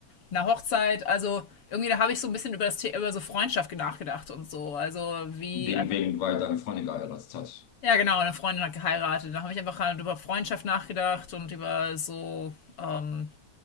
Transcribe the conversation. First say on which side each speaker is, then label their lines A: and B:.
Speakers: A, on the left; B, on the left.
A: einer Hochzeit. Also irgendwie da habe ich so ein bisschen über das The über so Freundschaft nachgedacht und so. Also wie
B: wegen,
A: einfach,
B: wegen, weil deine Freundin geheiratet hat.
A: ja genau, eine Freundin hat geheiratet. Da habe ich einfach halt über Freundschaft nachgedacht und über so ähm,